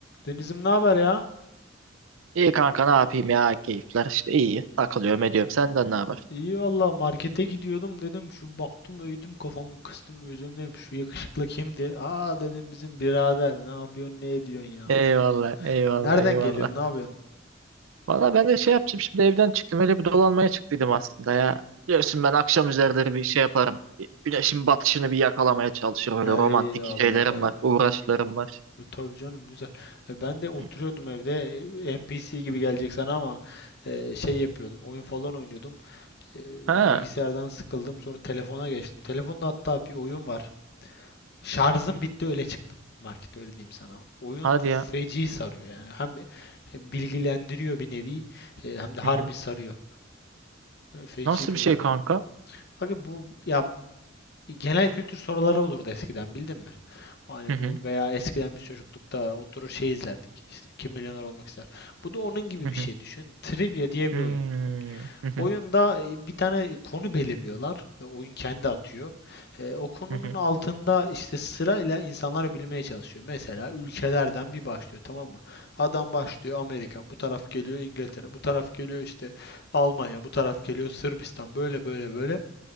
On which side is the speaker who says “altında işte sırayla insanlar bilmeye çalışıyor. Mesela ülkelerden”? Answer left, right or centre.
Left